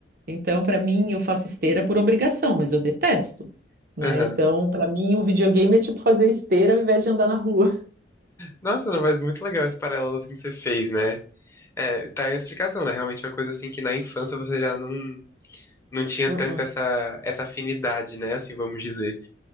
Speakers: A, on the right; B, on the left.
A: Então, pra mim, eu faço esteira por obrigação, mas eu detesto, né?
B: Aham.
A: Então, pra mim, o videogame é tipo fazer esteira ao invés de andar na rua.
B: Nossa, não, mas muito legal esse paralelo assim, que você fez, né? É, tá aí a explicação, né? Realmente é uma coisa assim que na infância você já não, não tinha
A: uh
B: tanta essa, essa afinidade, né? Assim, vamos dizer.